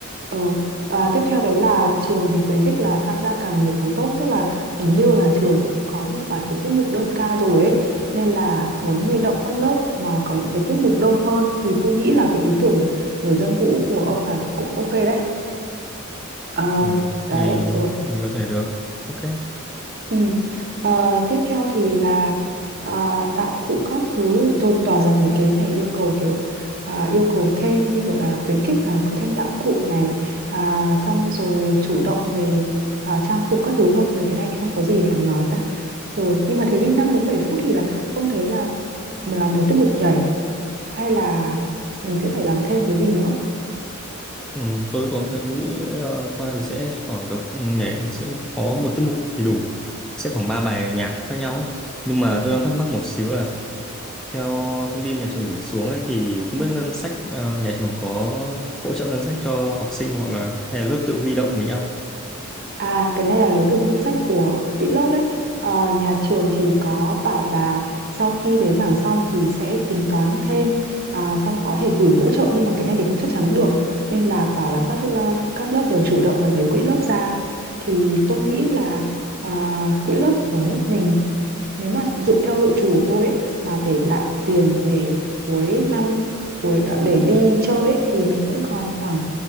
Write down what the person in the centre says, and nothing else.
ừ.
thì
mình có thể được ok
Ừ, tôi có thể nghĩ ờ, qua thì sẽ khoảng được ừ, nhảy sẽ có một tiết mục thì đủ sẽ khoảng ba bài nhạc khác nhau ấy. nhưng mà
tôi đang thắc mắc một xíu là theo thông tin nhà trường gửi xuống ấy thì không
biết ngân sách ờ, nhà trường có hỗ trợ ngân sách cho học sinh hoặc là hay là lớp tự huy động với nhau